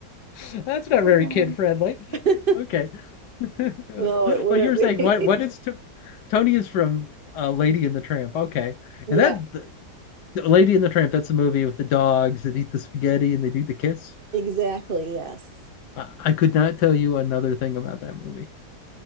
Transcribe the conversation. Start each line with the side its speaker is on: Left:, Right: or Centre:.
Left: <laughs> that's not very
Right: Oh.
Left: kid friendly.
Right: <laughs>
Left: Okay, <laughs> but
Right: No, it wouldn't
Left: you were
Right: be.
Left: saying what? What is to, Tony is from uh, Lady and the Tramp? Okay,
Right: <laughs>
Left: and
Right: Yeah,
Left: that the Lady and the Tramp. That's a movie with the dogs that eat the spaghetti and they do the kiss.
Right: exactly. Yes.
Left: I, I could not tell you another thing about that movie.